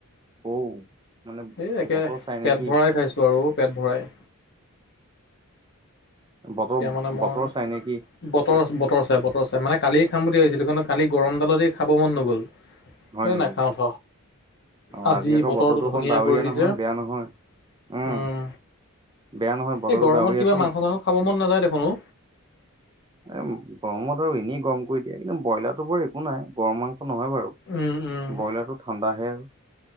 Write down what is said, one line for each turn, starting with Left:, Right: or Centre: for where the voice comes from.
Right: অ', মানে
Left: এই একে
Right: বতৰ চাই
Left: পেট
Right: নেকি।
Left: ভৰাই খাইছোঁ আৰু পেট ভৰাই।
Right: বতৰ
Left: তেতিয়া মানে মই
Right: বতৰ চাই নে কি?
Left: বতৰ বতৰ চাই বতৰ চাই মানে কালিয় খাম বুলি ভাবছিলো কিন্তু কালি গৰমডালৰ দি খাব মন নগ'ল।
Right: হয়
Left: এই
Right: নেকি?
Left: নাখাওঁ ঠ
Right: অ
Left: আজি
Right: আকৌ
Left: বতৰটো ধুনীয়া
Right: অকণ ডাৱৰীয়া
Left: কৰি দিছে
Right: নহয়
Left: উম।
Right: বেয়া নহয়। উম বেয়া নহয় বতৰটো
Left: এই গৰমত
Right: ডাৱৰীয়াটো।
Left: কিবা মাংস চাংস খাব মন নাযায় দেখোন অ'।
Right: এ গৰমত আৰু এনেই গৰম কৰি দিয়ে কিন্তু ব্ৰইলাৰতো বৰ একো নাই গৰম মাংস নহয় বাৰু
Left: উম উম
Right: ব্ৰইলাৰটো ঠাণ্ডাহে আৰু